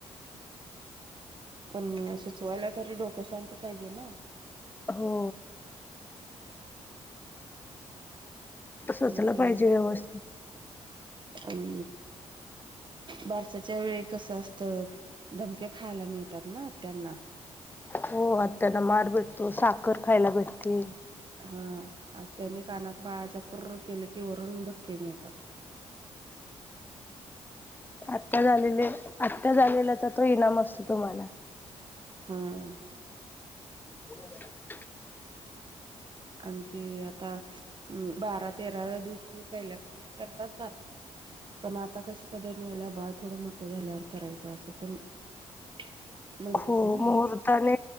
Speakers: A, on the right (about 40°); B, on the left (about 15°).
A: पण सुचवायला तर डोकं शांत पाहिजे ना.
B: हो. सुचलं
A: आणखी
B: पाहिजे व्यवस्थित
A: अम बारसाच्या वेळी कसं असतं धमके खायला मिळतात ना आत्यांना.
B: हो आत्यांना मार भेटतो साखर खायला भेटती.
A: हां आत्यांने कानात बाळाच्या कुर्र केलं की वरून धपके मिळतातं.
B: आत्या झालेले आत्या झालेल्याचा तो इनाम असतो तुम्हांला.
A: हां.
B: <inaudible>
A: आणखी आता म बारा तेराव्या दिवशी पहिल्या <unintelligible> करताात बारस. पण आता कशी पद्धत निघलिया बाळ थोडं मोठं झाल्यावर करायचं असं पण <inaudible>
B: हो
A: ना.
B: मुहूर्ताने